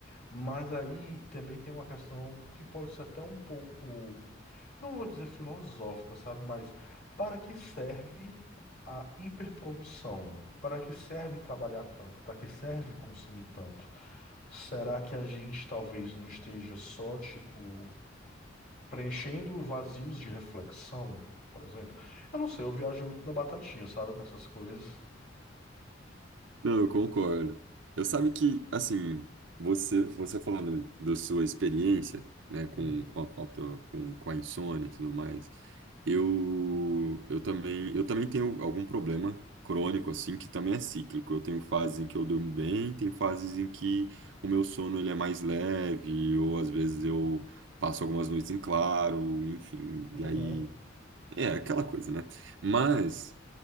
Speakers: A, on the left (about 50°); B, on the right (about 65°).
A: Mas aí também tem uma questão que pode ser até um pouco, eu não vou dizer filosófica, sabe? Mas para que serve a hiperprodução? Para que serve trabalhar tanto? Para que serve consumir tanto? Será que a gente talvez não esteja só, tipo, preenchendo vazios de reflexão, por exemplo? Eu não sei, eu viajo muito na batatinha, sabe? Com essas coisas.
B: Não, eu concordo. Eu sabe que, assim, você, você falando da sua experiência, né, com,
A: Uhum.
B: com a falta, com, com a insônia e tudo mais, eu, eu também, eu também tenho algum problema crônico, assim, que também é cíclico. Eu tenho fases em que eu durmo bem, tem fases em que o meu sono, ele é mais leve, ou às vezes eu passo algumas noites em claro, enfim,
A: Uhum.
B: e aí, é aquela coisa, né? Mas...